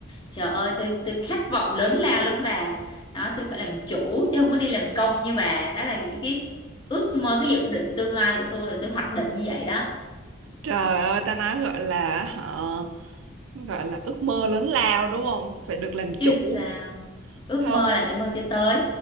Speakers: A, on the left; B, on the right.
A: Trời ơi, tôi tôi khát vọng lớn lao lắm bà. Đó, tôi phải làm chủ chứ không có đi làm công như bà. Đó là những cái ước mơ, cái dự định tương lai của tôi là tôi hoạch định như vậy đó.
B: Trời ơi, ta nói gọi là hả gọi là ước mơ lớn lao đúng không phải được làm
A: Chứ
B: chủ
A: sao, ước
B: không
A: mơ là phải mơ cho tới.